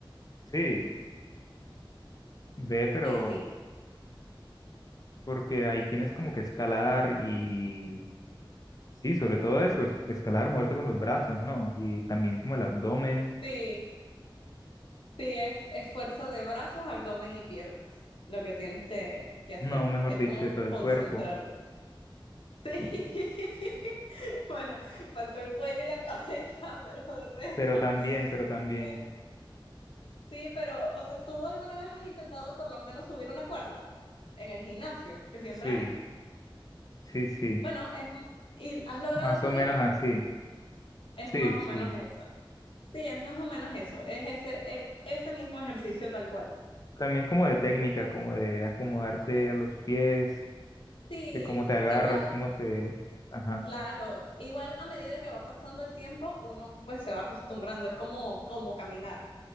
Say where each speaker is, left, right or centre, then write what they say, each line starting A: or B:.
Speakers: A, on the left; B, on the left.
A: Sí, ve, pero
B: Sí, sí.
A: porque ahí tienes como que escalar y sí, sobre todo eso, es- escalar, moverte con los brazos, ¿no? Y también como el abdomen,
B: Sí. Sí, es esfuerzo de brazos, abdomen y piernas, lo que tienes que, que hacer.
A: no, mejor
B: Sí, es
A: dicho,
B: como
A: de todo el
B: concentrarte.
A: cuerpo,
B: Sí. <laughs> Bueno, faltó el cuello y la <laughs> cabeza, pero de resto.
A: pero también, pero también,
B: eh, Sí, pero, o sea, ¿tú alguna vez has intentado por lo menos subir una cuerda en el gimnasio, que siempre
A: sí,
B: hay?
A: sí, sí,
B: Bueno, es, y has logrado
A: más
B: subirla.
A: o menos así,
B: Es
A: sí,
B: más o menos
A: sí.
B: eso. Sí, es más o menos eso. Es ese, e- ese mismo ejercicio tal cual.
A: También como de técnica, como de acomodarse a los pies,
B: Sí,
A: que cómo te agarras,
B: igual
A: cómo te... Ajá,
B: Claro, igual a medida que va pasando el tiempo, uno pues se va acostumbrando, es como, como caminar,